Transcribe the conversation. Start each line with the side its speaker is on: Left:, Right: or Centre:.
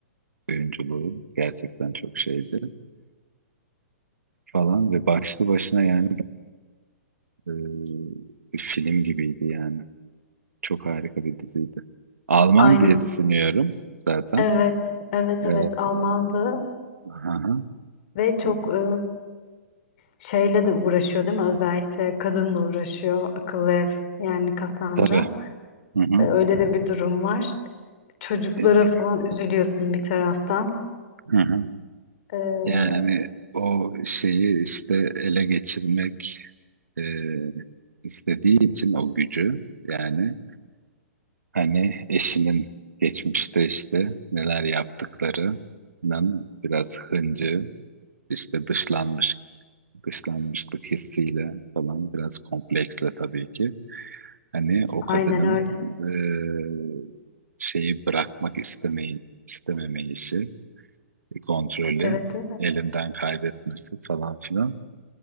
Right: oyunculuğu gerçekten çok şeydi falan ve başlı başına yani e, bir film gibiydi yani. Çok harika bir diziydi. Alman
Left: Aynen.
Right: diye düşünüyorum zaten.
Left: Evet, evet,
Right: Ee,
Left: evet Almandı
Right: aha,
Left: ve çok
Right: e,
Left: e, şeyle de uğraşıyor değil mi? Özellikle kadınla uğraşıyor, akıllı ev yani Cassandra.
Right: tabii. Hı hı.
Left: E, öyle de bir durum var. Çocuklara
Right: İşte,
Left: falan üzülüyorsun bir taraftan.
Right: hı hı.
Left: E,
Right: Yani o şeyi işte ele geçirmek e, istediği için o gücü yani hani eşinin geçmişte işte neler yaptıklarının biraz hıncı İşte dışlanmış, dışlanmışlık hissiyle falan biraz kompleksle tabii ki. Hani o
Left: aynen
Right: kadının
Left: öyle.
Right: eee, şeyi bırakmak istemeyi, istememeyişi, kontrolü
Left: Evet, evet.
Right: elinden kaybetmesi falan filan.